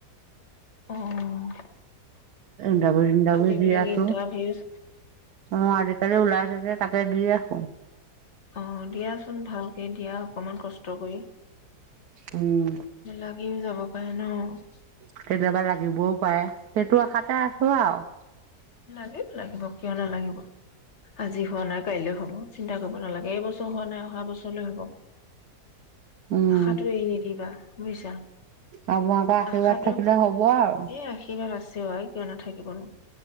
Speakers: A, on the left; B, on the right.
A: অ <unintelligible>
B: ইণ্টাৰভিউ চিন্টাৰভিউ
A: এইবিলাক
B: দি আছো
A: ইণ্টাৰভিউজ
B: অ আজিকালি উলাইছে যে তা <unintelligible>
A: অ', দিয়াচোন ভালকে দিয়া। অকমান কষ্ট কৰি
B: উম
A: লাগিও যাব। <unintelligible>
B: <inaudible> কেতিয়াবা লাগিবও পাৰে সেইটো আশাতে আছো আৰু।
A: লাগিব লাগিব কিয় নালাগিব আজি হোৱা নাই কাইলৈ হ'ব চিন্তা কৰিব নালাগে এই বচ হোৱানাই অহা বছৰলৈ হ'ব।
B: উম
A: আশাটো এৰি নিদিবা। বুজিছা?
B: আপোনালোকৰ আশীৰ্বাদ
A: আশাটো
B: থাকিলে হ'ব আৰু।
A: এই আশীৰ্বাদ আছে আই কিয় নাথাকিবনো!